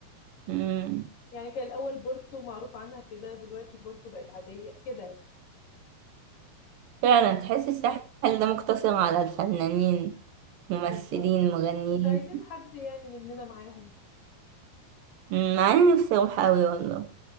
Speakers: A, on the right; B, on the left.
A: أمم.
B: يعني كان الاول بورتو معروف عنها كده دلوقتي بورتو بقت عاديه كده يعني.
A: فعلا تحس الساحل ده مقتصر على الفنانين ممثلين
B: بالظبط
A: مغنيين
B: مش عايزين حد يعني مننا معاهم
A: أمم، مع اني نفسي اروح اوي والله